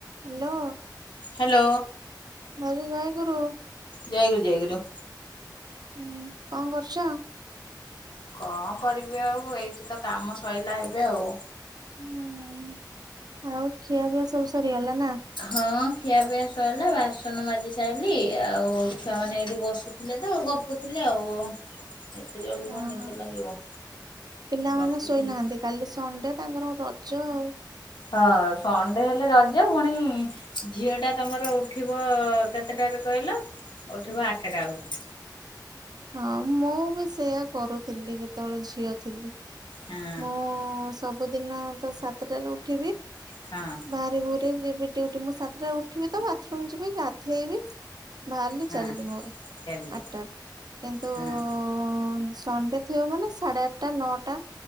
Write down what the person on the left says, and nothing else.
hello
ଜୟ ଗୁରୁ ଜୟ ଗୁରୁ
କଣ କରିବି ଆଉ ଏଇଠି ତ କାମ ସଇଲା ଏବେ ଆଉ।
ହଁ ଖିଆପିଆ ସରିଲା ବାସନ ମାଜି ସାଇଲି ଆଉ ଛୁଆମାନେ ଏଇଠି ବସିଥିଲେ ତ ଗପ ଗପୁଥିଲି ଆଉ ଏତେ ଜଲଦି
କଣ ନିଦ
ଲାଗିବ
ଗପୁଥିଲ।
ହଁ ସଣ୍ଡେ ହେଲେ ରଜ ପୁଣି ଝିଅ ଟା ତମର ଉଠିବ କେତେଟାରେ କହିଲ ଉଠିବ ଆଠଟା ବେଳକୁ
ହଁ
ହଁ।
ହଁ
ଚାଲେ
ହଁ।